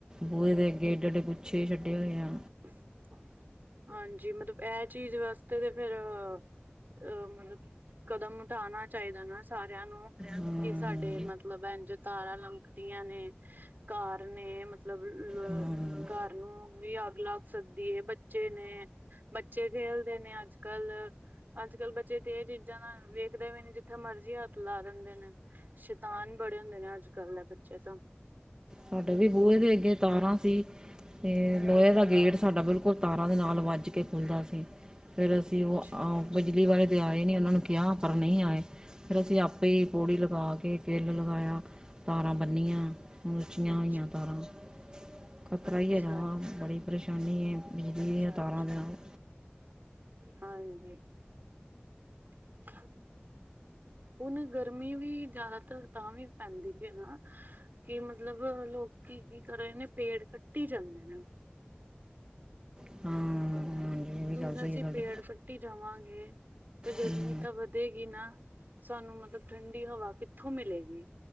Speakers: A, on the right (about 20°); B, on the right (about 50°).
A: ਬੂਹੇ ਦੇ ਅੱਗੇ ਐਡੇ ਐਡੇ ਗੁੱਛੇ ਛੱਡੇ ਹੋਏ ਆ
B: <inaudible> ਹਾਂਜੀ ਮਤਲਬ ਇਹ ਚੀਜ਼ ਵਾਸਤੇ ਤੇ ਫੇਰ ਅਹ ਮਤਲਬ ਕਦਮ ਢਾਣਾ ਚਾਹੀਦਾ ਨਾ ਸਾਰਿਆਂ ਨੂੰ
A: ਨੂੰ।
B: ਕਿ ਸਾਡੇ ਮਤਲਬ ਇੰਜ ਤਾਰਾਂ ਲਮਕਦੀਆਂ ਨੇ ਘਰ ਨੇ ਮਤਲਬ
A: ਹੂੰ ਹੂੰ
B: ਘਰ ਨੂੰ ਵੀ ਅੱਗ ਲੱਗ ਸਕਦੀ ਹੈ ਬੱਚੇ ਨੇ ਬੱਚੇ ਖੇਲਦੇ ਨੇ ਅੱਜ ਕੱਲ ਅੱਜ ਕੱਲ ਬੱ ਬੱਚੇ ਤੇ ਏ ਚੀਜ਼ਾਂ ਨਾਲ ਵੇਖਦੇ ਵੀ ਨੀ ਜਿੱਥੇ ਮਰਜ਼ੀ ਹੱਥ ਲਾ ਦਿੰਦੇ ਨੇ। ਸ਼ੈਤਾਨ ਬੜੇ ਹੁੰਦੇ ਨੇ ਅੱਜ ਕੱਲ ਦੇ ਬੱਚੇ ਤਾਂ।
A: ਸਾਡੇ ਵੀ ਬੂਹੇ ਦੇ ਅੱਗੇ ਤਾਰਾਂ ਸੀ। ਤੇ ਲੋਏ ਦਾ ਗੇਟ ਸਾਡਾ ਬਿਲਕੁਲ ਤਾਰਾਂ ਦੇ ਨਾਲ ਵੱਜ ਕੇ ਖੁੱਲਦਾ ਸੀ। ਫੇਰ ਅਸੀਂ
B: ਅੱਛਾ
A: ਉਹ ਬਿਜਲੀ ਵਾਲੇ ਤੇ ਆਏ ਨੀ ਉਨਾਂ ਨੂੰ ਕਿਆ ਪਰ ਨੀ ਆਏ। ਫੇਰ ਅਸੀਂ ਆਪੇ ਹੀ ਪੌੜੀ ਲਗਾ ਕੇ ਕੇਲ ਲਗਾਇਆ। ਤਾਰਾ ਬੰਨੀਆਂ ਮੁਚੀਆਂ
B: ਅੱਛਾ
A: ਹੋਈਆਂ ਤਾਰਾ। ਖ਼ਤਰਾ
B: ਅੱਛਾ
A: ਈ ਹਗਾ ਵਾ ਬੜੀ ਪਰੇਸ਼ਾਨੀ ਏ ਬਿਜਲੀ
B: ਅੱਛਾ
A: ਦੀਆਂ ਤਾਰਾਂ
B: ਅੱਛਾ
A: ਦੇ ਨਾਲ।
B: ਹਾਂਜੀ। <inaudible> ਹੁਣ ਗਰਮੀ ਵੀ ਜਾਦਾਤਰ ਤਾਂ ਵੀ ਪੈਂਦੀ ਪਈ ਐ ਨਾ। ਕੀ ਮਤਲਬ ਲੋਕੀ ਕੀ ਕਰ ਰਹੇ ਨੇ ਪੇੜ ਕੱਟੀ ਜਾਂਦੇ ਨੇ।
A: ਹਾਂ। ਇਹ ਵੀ
B: ਤੁਣ
A: ਗੱਲ ਸਹੀ
B: ਅਸੀਂ
A: ਹੈ ਤੁਹਾਡੀ
B: ਪੇੜ ਕੱਟੀ ਜਾਵਾਂਗੇ ਤੇ ਗਰਮੀ
A: ਹੂੰ।
B: ਤਾ ਵ ਧੇਗੀ ਨਾ ਸਾਨੂੰ ਮਤਲਬ ਠੰਡੀ ਹਵਾ ਕਿੱਥੋਂ ਮਿਲੇਗੀ।